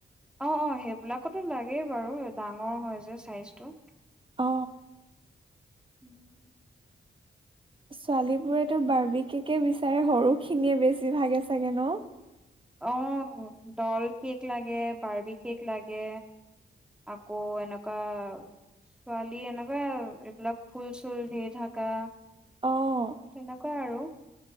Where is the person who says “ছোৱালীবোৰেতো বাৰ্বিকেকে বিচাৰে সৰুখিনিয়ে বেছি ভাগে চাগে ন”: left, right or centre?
Right